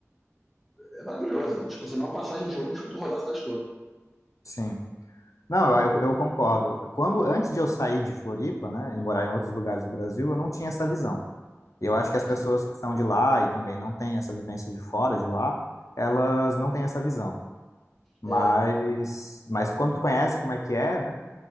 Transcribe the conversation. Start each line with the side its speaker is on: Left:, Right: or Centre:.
Centre: é maravilhoso. Né? Tipo assim, é uma passagem de ônibus para tu rodar a cidade toda.
Left: Sim. Não, eu, eu concordo. Quando antes de eu sair de Floripa, né, e morar em outros lugares do Brasil, eu não tinha essa visão. E eu acho que as
Centre: Sim,
Left: pessoas que são de lá e também não têm essa vivência de fora de lá, elas não têm essa visão. Mas,
Centre: é,
Left: mas quando tu conhece como é que é, né,